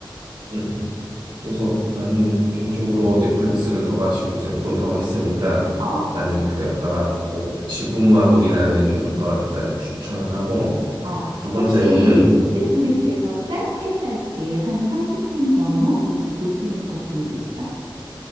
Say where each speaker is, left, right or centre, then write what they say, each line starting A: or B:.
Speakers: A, on the right; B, on the right.
A: 음, 음. 그래서 나는 개인적으로 넷플릭스를 너가 지금 이제 본다고 했으니까
B: 어,
A: 나는 그 아까 말한 대로 그 지구마블이라는 걸 일단 추천을 하고
B: 어.
A: 두 번째로는
B: 혹시 넷플릭스에서 짧게 짧게 한 30분 전후 이렇게 볼 수 있는 것들도 있어?